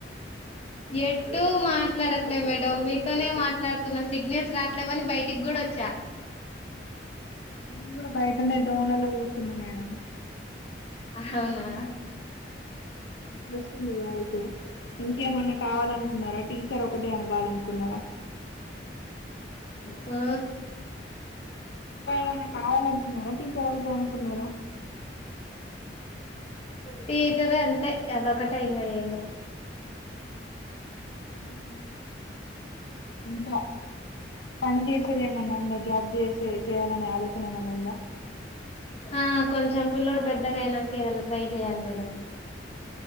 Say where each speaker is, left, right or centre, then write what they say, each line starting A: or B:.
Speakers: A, on the left; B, on the left.
A: ఎటు మాట్ మాట్లాడట్లేదు మేడం మీతోనే మాట్లాడుతున్న సిగ్నల్స్ రాట్లేవని బయటికి కూడా వచ్చా
B: నేను కూడా బయటనే దోమ్లలలో కూర్చున్నా మేడం
A: అహవునా
B: ఇప్పుష్ట ఉదా స ఇంకేమన్నా కావాలనుకున్నారా టీచర్ ఒకటే అనభవాలనుకున్నారా
A: ఆ
B: ఇంకా ఏమన్నా కాన న్నద టీచర్ ఒకటే అనుకున్నారా
A: టీచర్ అంతే అదొకటే ఇంకా ఏం లేదు
B: ల ఇంకా పని చేసేది ఏమన్నా ఉందా జాబ్ చేసే చేయాలనే ఆలోచన ఏమన్నా ఉందా
A: ఆ కొంచెం పిల్లోడు పెద్దగా అయినాక ఏదైనా ట్రై చేయాలి మేడం